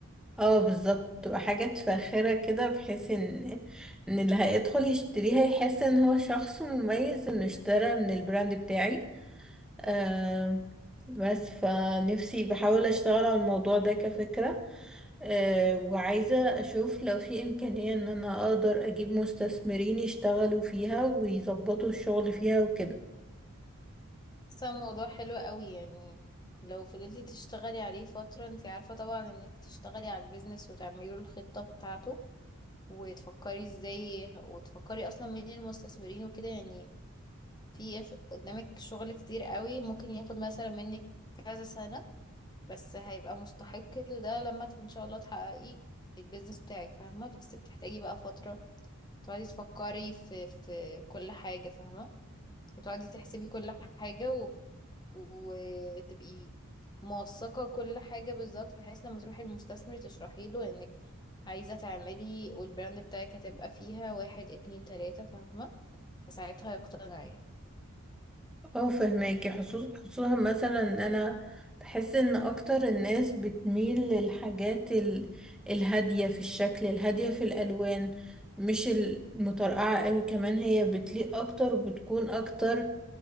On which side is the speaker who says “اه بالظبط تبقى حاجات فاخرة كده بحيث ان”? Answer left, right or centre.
Centre